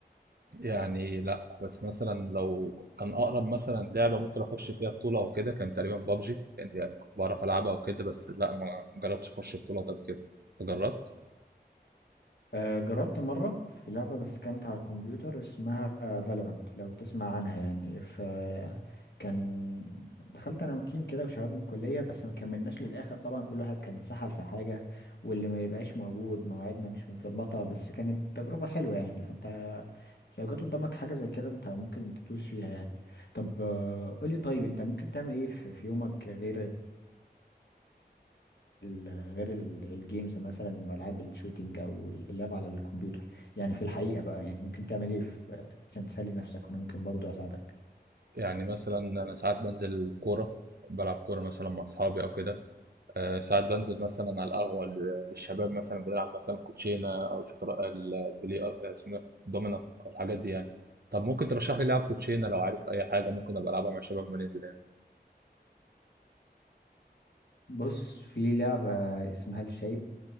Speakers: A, on the right; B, on the left.
A: يعني لأ، بس مثلًا لو كان أقرب مثلًا لعبة ممكن أخُش فيها بطولة أو كده، كان تقريبًا PUBG، يعني كنت باعرف ألعبها وكده، بس لأ، ما جرّبتش أخُش بطولات قبل كده، أنت جرّبت؟
B: آه، جربت مرة في لعبة بس كانت على الكمبيوتر اسمها فالورانت لو تسمع عنها يعني فكان دخلت انا وتيم كده وشباب من الكلية بس ما كملناش للآخر طبعا كل واحد كان اتسحل في حاجة واللي ما يبقاش موجود مواعيدنا مش متظبطة بس كانت تجربة حلوة يعني فانت لو جت قدامك حاجة زي كده انت ممكن تدوس فيها يعني طب آه، قولي طيب انت ممكن تعمل ايه في في يومك غير ال- غير ال- الجيمز مثلا والعاب الشوتينج او اللعب على الكمبيوتر يعني في الحقيقه بقى يعني ممكن تعمل ايه في- عشان تسلي نفسك وانا ممكن برضو اساعدك
A: يعني مثلًا أنا ساعات بانزل كورة، بالعب كورة مثلًا مع أصحابي أو كده، آآ ساعات بانزل مثلًا على القهوة ل للشباب مثلًا بنلعب مثلًا كوتشينة أو شطر البلي أ اسمه ده، دومنا أو الحاجات دي يعني. طَب ممكن ترشّح لي لعب كوتشينة لو عارف أي حاجة ممكن أبقى ألعبها مع الشباب أمّا ننزل يعني؟
B: بص في لعبه اسمها الشايب